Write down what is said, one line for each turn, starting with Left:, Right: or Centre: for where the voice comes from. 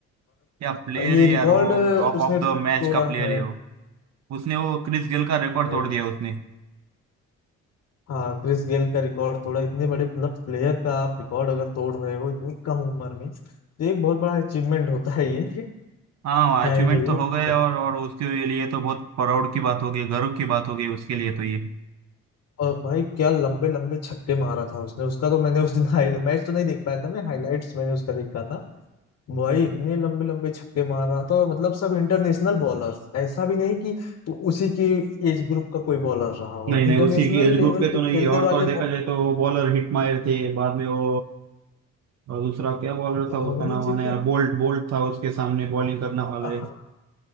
Right: क्या प्लेयर
Left: और ये
Right: है
Left: रिकॉर्ड
Right: यार वो टॉप
Left: उसने
Right: ऑफ द मैच
Left: तोड़ा
Right: का प्लेयर
Left: है
Right: है वो उसने वो क्रिस गेल का रिकॉर्ड
Left: भाई
Right: तोड़ दिया उसने
Left: हाँ क्रिस गेल का रिकॉर्ड तोड़ा इतने बड़े मतलब प्लेयर का आप रिकॉर्ड अगर तोड़ रहे हो इतनी कम उम्र में तो एक बहुत बड़ा अचीवमेंट होता है ये
Right: हाँ
Left: है
Right: अचीवमेंट
Left: जो भी
Right: तो हो
Left: मतलब
Right: गए और और उसके लिए तो बहुत प्राउड की बात हो गई गर्व की बात हो गई उसके लिए तो ये
Left: और भाई क्या लंबे लंबे छक्के मारा था उसने उसका तो मैंने उस दिन मैच तो नहीं देख पाया था मैं हाईलाइट्स मैंने उसका देखा था वही इतने लंबे लंबे छक्के मार रहा था और मतलब सब इंटरनेशनल बॉलर्स ऐसा भी नहीं कि तो उसी की एज ग्रुप का कोई बॉलर रहा हो
Right: नहीं
Left: इंटरनेशनल
Right: नहीं उसी की एज ग्रुप
Left: लेवल
Right: के
Left: पे
Right: तो
Left: खेलने
Right: नहीं है और
Left: वाले
Right: तो और देखा
Left: बॉ-
Right: जाए तो वो बॉलर हिट मायर थे बाद में वो और दूसरा क्या बॉलर था उसका
Left: हाँ वही
Right: नाम
Left: चीज
Right: आना यार
Left: ना
Right: बोल्ट बोल्ट था उसके सामने बॉलिंग करने वाला
Left: हाँ